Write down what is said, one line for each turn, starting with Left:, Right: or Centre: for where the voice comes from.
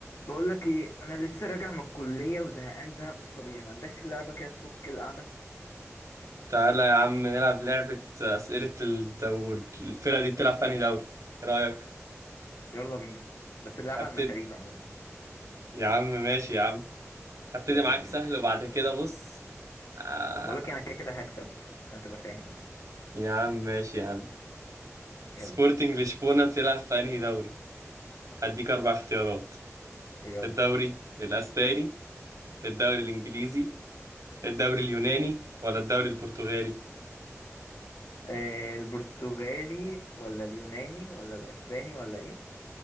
Left: بقول لك ايه انا لسه راجع من الكليه وزهقان زهق مش طبيعي ما عندكش لعبه كده تفك القعده
Right: تعالى يا عم نلعب لعبة أسئلة الدوري الفرقة دي بتلعب في أنهي دوري؟ إيه رأيك؟
Left: يلا بينا بس اللعبه
Right: هبتدي
Left: على المشاريب عموما
Right: يا عم ماشي يا عم هبتدي
Left: يلا
Right: معاك
Left: بينا
Right: سهل وبعد كده بص آه...
Left: بقول لك انا كده كده هكسب عشان تبقى فاهم يعني
Right: يا عم ماشي يا عم
Left: يلا
Right: سبورتنج لشبونة بتلعب في أنهي دوري؟ هديك أربع اختيارات
Left: يلا
Right: الدوري الأسباني الدوري الإنجليزي الدوري اليوناني ولا الدوري البرتغالي؟
Left: آه البرتغالي ولا اليوناني ولا الاسباني ولا ايه